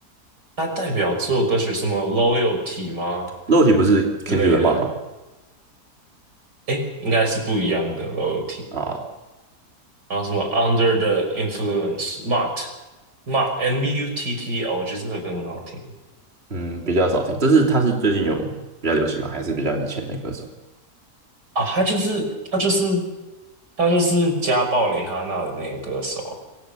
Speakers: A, on the right; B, on the right.
A: 他代表作歌曲什么 Loyalty 吗
B: 肉体不是 Kendrick
A: 之类的，
B: Lamar 吗？
A: 诶，应该是不一样的 Loyalty。
B: 啊，
A: 然后什么 Under the Influence Mutt Mutt M U T T 哦，我觉得这首歌很好听
B: 嗯，比较少听。这是他是最近有比较流行吗？还是比较以前的歌手？
A: 啊，他就是他就是他就是家暴蕾哈娜的那个歌手